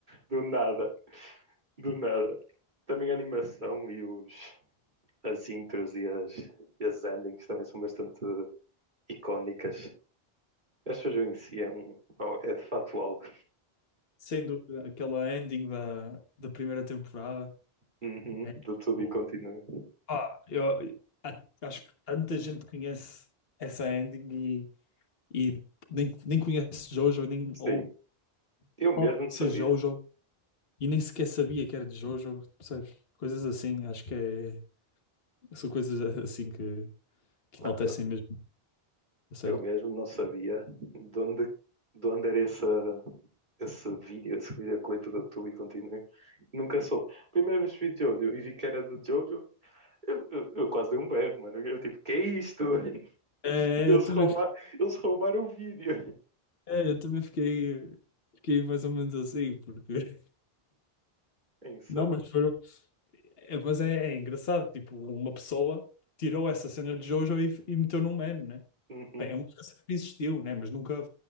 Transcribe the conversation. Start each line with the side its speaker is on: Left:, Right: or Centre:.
Right: do nada, do nada. Também a animação e os, as intros e as, e as endings também são bastante icónicas. A shoujo em si é, um, é de facto algo
Left: Sem dúvida, aquela ending da, da primeira temporada.
Right: uhum,
Left: é
Right: do
Left: tipo,
Right: tudo e continua.
Left: pá, eu, a- acho que tanta gente conhece essa ending e nem, nem conhece Jojo, nem,
Right: Sim,
Left: ou
Right: eu mesmo
Left: pode
Right: não
Left: ser
Right: sabia.
Left: Jojo, e nem sequer sabia que era de Jojo, percebes? Coisas assim, acho que é, são coisas assim que, que
Right: Mano,
Left: enaltecem
Right: eu,
Left: mesmo, a sério.
Right: eu mesmo não sabia de onde, de onde era essa, esse vídeo, esse videoclipe do tudo e continua. Nunca soube. Primeira vez que vi Jojo e vi que era de Jojo, eu, eu, eu quase dei um berro, mano. Eu tipo, que é isto? <laughs>
Left: É,
Right: Eles,
Left: eu também,
Right: rouba,
Left: fi-
Right: eles roubaram o vídeo.
Left: é, eu também fiquei, fiquei mais ou menos assim, porque. <laughs>
Right: É insano.
Left: Não, mas, foi, é, mas é, é engraçado, tipo, uma pessoa tirou essa cena de Jojo e, e meteu num meme, né?
Right: Uhum,
Left: Bem, é uma coisa que existiu, né? Mas nunca,